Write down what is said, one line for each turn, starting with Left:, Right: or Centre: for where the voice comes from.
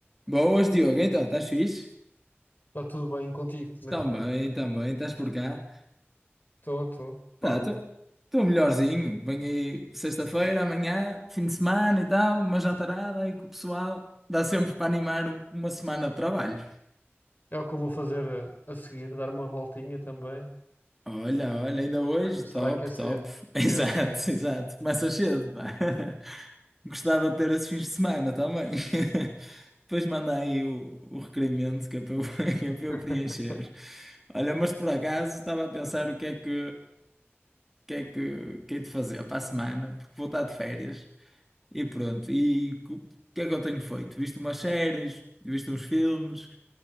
Centre: Boas, Diogo. Então, estás fixe?
Left: Está tudo bem contigo? Como
Centre: Também,
Left: é que estás?
Centre: também, estás por cá.
Left: Estou, estou. Pá,
Centre: Tá, estou melhorzinho. Venho aí sexta-feira, amanhã, fim de semana e tal, uma jantarada aí com o pessoal. Dá sempre para animar um- uma semana de trabalho.
Left: é o que eu vou fazer a, a seguir, dar uma voltinha também,
Centre: Olha, olha, ainda hoje,
Left: para começar
Centre: top,
Left: a aquecer.
Centre: top. <laughs> Exato,
Left: É
Centre: exato. Começa cedo, pá. <laughs> Gostava de ter esses fins de semana também. <laughs> Depois manda aí o, o requerimento que é para eu, <laughs> que é para eu
Left: <laughs>
Centre: preencher. Olha, mas por acaso estava a pensar o que é que, que é que, que hei de fazer para a semana, porque vou estar de férias e pronto. E co- o que é que eu tenho feito? Visto umas séries, visto uns filmes,